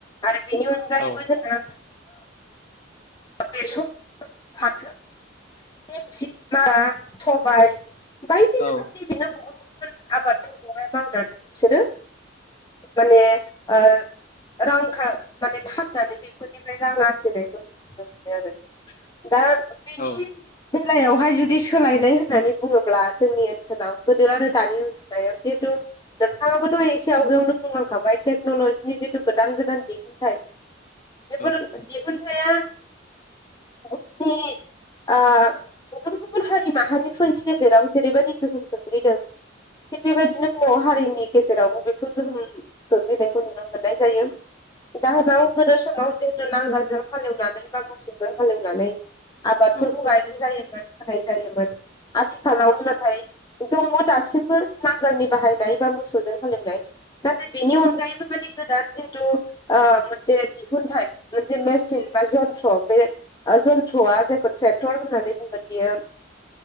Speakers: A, on the left (about 20°); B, on the left (about 40°).
A: आरो बेनि अनगायैबो
B: औ
A: जोङो बेसर फाथो देमसि मारा सबाइ ओमफ्राय
B: औ
A: बि बेना गुबुन गुबुन आबादफोरखौहाय मावनानै बिसोरो माने ओ रां खा माने फाननानै बेफोरनिफ्राय रां आरजिनायखौ नुयो आरो दा बिनि
B: औ
A: बेलायावहाय जुदि सोलायनाय होननानै बुङोब्ला जोंनि ओनसोलाव गोदो आरो दानि रुजुनायाव जिहेथु नोंथाङाबोथ' एसे आवगायावनो बुंलांखाबाय टेक्न'लजिनि जिथु गोदान गोदान दिहुनथाइ बेफोर
B: औ
A: दिहुनथाया <unintelligible> ओ गुबुन गुबुन हारि माहारिफोरनि गेजेराव जेरैबायदि गोहोम खोख्लैदों थिग बेबायदिनो बर' हारिनि गेजेरावबो बेफोर गोहोम गोग्लैनायखौ नुनो मोननाय जायो जाहोनाव गोदो समाव जिहेतु नांगोलजों हालेवनानै बा मोसौजों हालेवनानै आबादफोरखौ
B: औ
A: गायनाय जायोमोन खानाय जायोमोन आथिखालाव नाथाय दङ दासिमबो नांगालनि बाहायनाय बा मोसौजों हालेवनाय नाथाय बिनि अनगायैबो माने गोदान जिहेथु ओ मोनसे दिहुनथाय मोनसे मेचिन बा जन जन्थ्र बे जन्थ्रआ जायखौ ट्रेक्टर होननानै बुंगोन बियो